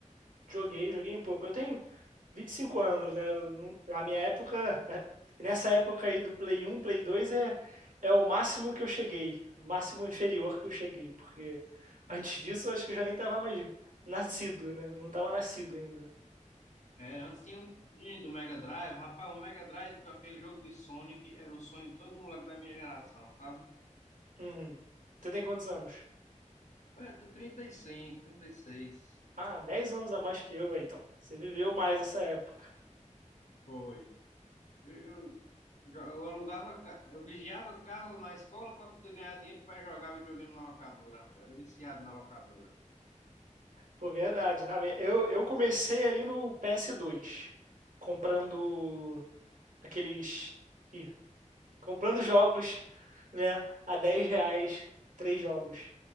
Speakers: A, on the right; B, on the left.
A: Joguei, joguei um pouco. Eu tenho 25 anos, né? Eu não- a minha época, <laughs> eh, nessa época aí do Play 1, Play 2 é, é o máximo que eu cheguei, máximo inferior que eu cheguei, porque antes disso eu acho que eu já nem tava mais nascido, né? Eu Não tava nascido ainda.
B: É, antes tinha o Nintendo, o Mega Drive. Rapaz, o Mega Drive, com aquele jogo de Sonic, era o sonho de todo moleque da minha geração, sabe?
A: Uhum. Você tem quantos anos?
B: Foi até 35, 36.
A: Ah, 10 anos a mais que eu, é, então. Você viveu mais essa época.
B: Foi. Eu, eu, eu alugava, ca- eu vigiava carro na escola para poder ganhar dinheiro para jogar videogame na locadora, rapaz. Era viciado na locadora.
A: Pô, verdade. Na minha- Eu, eu comecei ali no PS2, comprando aqueles. Ih, Comprando jogos, né? A 10 reais, três jogos.